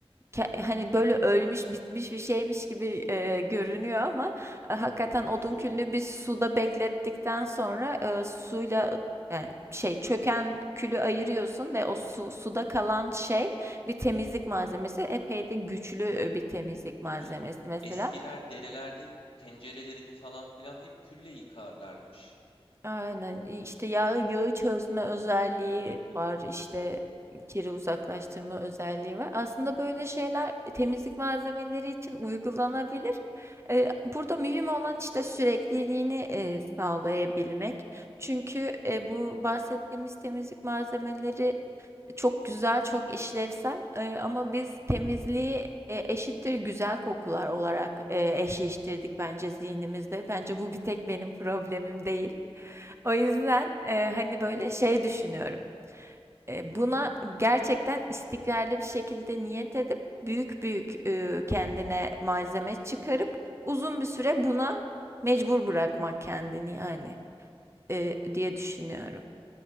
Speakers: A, on the right (about 25°); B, on the left (about 65°).
A: ke- hani böyle ölmüş bitmiş bir şeymiş gibi e, görünüyor ama e, hakikaten odun
B: Yo,
A: külünü bir suda beklettikten sonra e, suyla yani şey çöken külü ayırıyorsun ve o su, suda kalan şey bir temizlik malzemesi. Epey de güçlü e, bir temizlik malzemesi
B: Tabii canım.
A: mesela.
B: Eskiler derelerde tencerelerini falan filan hep külle yıkarlarmış.
A: Aynen. İşte yağ, yağı çözme özelliği
B: Hı
A: var. işte kiri uzaklaştırma özelliği var. Aslında böyle şeyler e, temizlik malzemeleri için uygulanabilir. Ee, burada mühim olan işte sürekliliğini e, sağlayabilmek. Çünkü e, bu bahsettiğimiz temizlik malzemeleri çok güzel, çok işlevsel. Ee, ama biz temizliği e, eşittir güzel kokular olarak e, eşleştirdik bence zihnimizde. Bence bu bir tek benim problemim değil. O yüzden e, hani böyle şey düşünüyorum. E, buna gerçekten istikrarlı bir şekilde niyet edip büyük büyük e, kendine malzeme çıkarıp uzun bir süre buna mecbur bırakmak kendini yani e, diye düşünüyorum.